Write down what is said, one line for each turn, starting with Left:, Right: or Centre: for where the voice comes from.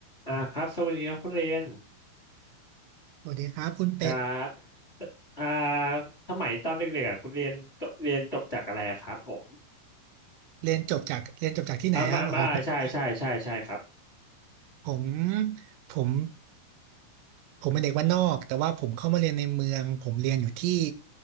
Left: อ่าครับสวัสดีครับคุณเรน
Right: สวัสดีครับคุณเป็ด
Left: ครับอ่าสมัยตอนเด็กๆอ่ะคุณเรียนจบเรียนจบจากอะไรอะครับผม
Right: เรียนจบจากเรียนจบจากที่ไหนครับอ๋อหมายถึงว่า
Left: อ่ามามาอ่าใช่ใช่ใช่ใช่ครับ
Right: ผมผมผมเป็นเด็กบ้านนอกแต่ว่าผมเข้ามาเรียนในเมืองผมเรียนอยู่ที่